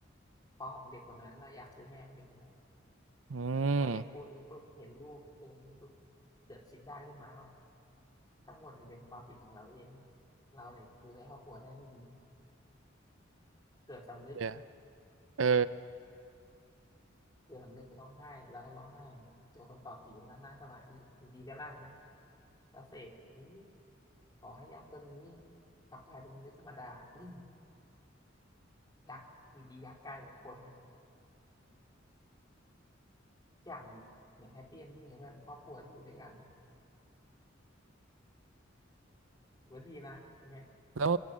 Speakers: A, on the left; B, on the right.
A: พ่อของเด็กคนนั้นและยักษ์คือแม่ของเด็กคนนั้น
B: อื
A: นี่พอเด็กพูดนี้ปุ๊บเห็นลูกเป็นอย่างนี้ปุ๊บ
B: ม
A: เกิดคิดได้ขึ้นมาว่าทั้งหมดนี่เป็นความผิดของเราเองเราเนี่ยดูแลครอบครัวได้ไม่ดีเกิดสำนึก
B: เดี๋ยวเออ
A: เสื่อมนึกร้องไห้แล้วก็ร้องไห้เจอคนเป่าปีแล้วนั่งสมาธิอยู่ดีก็นั่งนะแล้วเสกอุ๊ยขอให้ยักษ์ตัวนี้กลับกลายเป็นมนุษย์ธรรมดาวิ่งยักษ์อยู่ดียักษ์กลายเป็นคนทุกอย่างเหมือนแฮปปี้เอนดิ้งกับเพื่อนครอบครัวที่อยู่ด้วยกันถือว่าดีนะเนี่ย
B: แล้ว